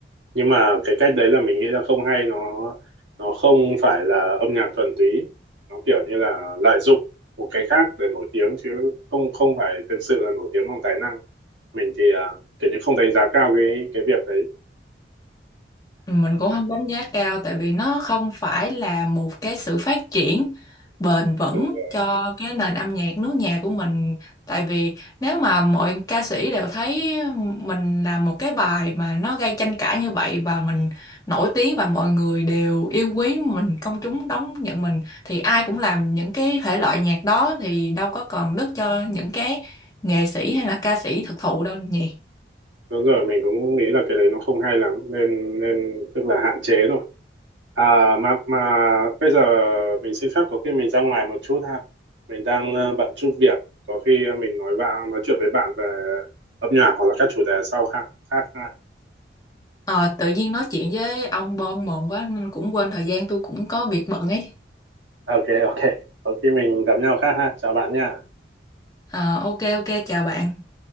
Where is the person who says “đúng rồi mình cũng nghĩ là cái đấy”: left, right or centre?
Right